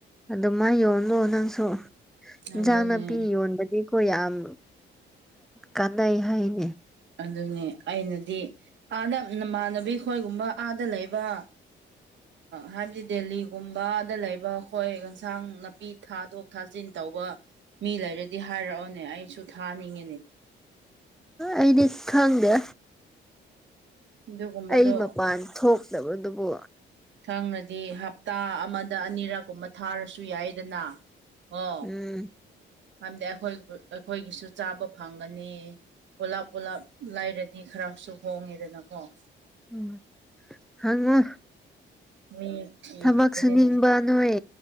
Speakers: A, in the centre; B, on the right.
A: ꯑ ꯃꯥ ꯌꯣꯂꯣ ꯅꯪꯁꯨ
B: ꯑꯗꯨꯅꯦ
A: ꯏꯟꯁꯥꯡ ꯅꯥꯄꯤ ꯌꯣꯟꯕꯒꯤ ꯑꯩꯈꯣꯏ ꯌꯥꯝ ꯀꯥꯟꯅꯩ ꯍꯥꯏꯅꯤ
B: ꯑꯗꯨꯅꯦ ꯑꯩꯅꯗꯤ ꯑꯥꯗ ꯅꯃꯥꯟꯅꯕꯤ ꯈꯈꯣꯏꯒꯨꯝꯕ ꯑꯥꯗ ꯂꯩꯕ ꯍꯥꯏꯕꯗꯤ ꯗꯦꯜꯂꯤꯒꯨꯝꯕꯗ ꯂꯩꯕ ꯑꯩꯈꯣꯏ ꯌꯦꯟꯁꯥꯡ ꯅꯥꯄꯤ ꯊꯥꯗꯣꯛ ꯊꯥꯖꯤꯤꯟ ꯇꯧꯕ ꯃꯤ ꯂꯩꯔꯗꯤ ꯍꯥꯏꯔꯛꯑꯣꯅꯦ ꯑꯩꯁꯨ ꯊꯥꯅꯤꯡꯉꯤꯅꯦ
A: ꯑꯩꯗꯤ ꯈꯪꯗꯦ
B: ꯑꯗꯨꯒꯨꯝꯕꯗꯣ
A: ꯑꯩ ꯃꯄꯥꯟ ꯊꯣꯛꯇꯕꯗꯨꯕꯨ
B: ꯁꯪꯅꯗꯤ ꯍꯞꯇꯥ ꯑꯃꯗ ꯑꯅꯤꯔꯛ ꯀꯨꯝꯕ ꯊꯥꯔꯁꯨ ꯌꯥꯏꯗꯅ ꯑꯣ
A: ꯎꯝ
B: ꯍꯥꯏꯕꯗꯤ ꯑꯩꯈꯣꯏ ꯑꯩꯈꯣꯏꯒꯤꯁꯨ ꯆꯥꯕ ꯐꯪꯒꯅꯤ ꯄꯣꯂꯥꯞ ꯄꯣꯂꯥꯞ ꯂꯥꯏꯔꯗꯤ ꯈꯔꯁꯨ ꯍꯣꯡꯉꯦꯗꯅꯀꯣ
A: ꯎꯝ ꯍꯉ
B: ꯃꯤ ꯊꯤꯔꯤꯕꯅꯤꯅꯦ
A: ꯊꯕꯛ ꯁꯨꯅꯤꯡꯕ ꯅꯣꯏ